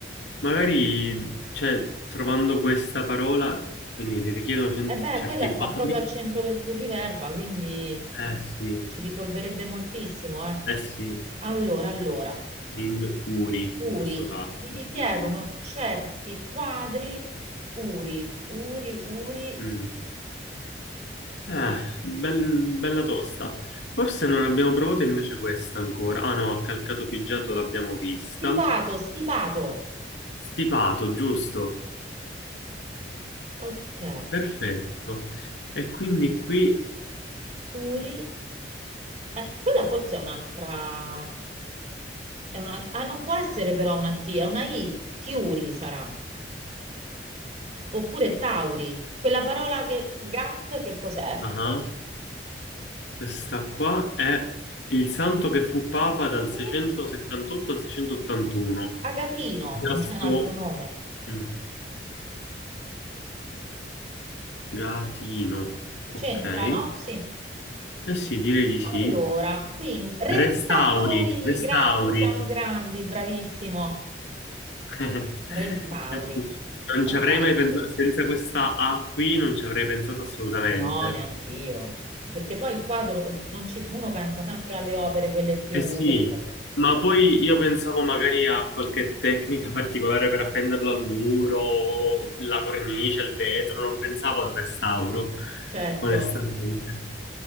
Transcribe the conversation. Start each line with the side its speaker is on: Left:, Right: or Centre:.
Left: magari, cioè, trovando questa parola, quindi le richiedono cen-
Right: E beh,
Left: certi
Right: quella sta
Left: quadri.
Right: proprio al centro del cruciverba, quindi
Left: Eh sì,
Right: ci risolverebbe moltissimo, eh.
Left: eh sì,
Right: Allora, allora,
Left: in uri in
Right: Uri,
Left: questo caso,
Right: gli
Left: eventualmente.
Right: richiedono certi quadri Uri, Uri, Uri
Left: Mm. Eh, bel- bella tosta. Forse non abbiamo provato invece questa ancora. Ah no, a calcato pigiato l'abbiamo vista.
Right: Stipato, stipato.
Left: Stipato, giusto?
Right: Ok.
Left: Perfetto. E quindi qui...
Right: Turi. Eh, quella forse è un'altra. è una- Ah, non può essere però una T, è una I. Tiuri sarà. Oppure Tauri. Quella parola che. Gat, che cos'è?
Left: Ah, Questa qua è il santo che fu papa dal
Right: Mm.
Left: 678 al 681.
Right: Agatino,
Left: Gasto...
Right: non c'è un altro nome.
Left: mm, Agatino.
Right: C'entra,
Left: Ok. Eh
Right: no? Sì.
Left: sì, direi di sì.
Right: Allora, quindi restauri,
Left: Restauri, restauri.
Right: grandi, siamo grandi, bravissimo.
Left: <laughs>
Right: Restauri.
Left: Eh sì, Non
Right: Era
Left: ci avrei
Right: facile.
Left: mai pensato, senza questa A qui non ci avrei pensato assolutamente.
Right: No, neanch'io. Perché poi il quadro, non ci- uno pensa sempre alle opere, quelle più,
Left: Eh sì,
Right: che ne so.
Left: ma poi io pensavo magari a qualche tecnica particolare per appenderlo al muro, la cornice, il vetro, non pensavo al restauro,
Right: Certo,
Left: onestamente.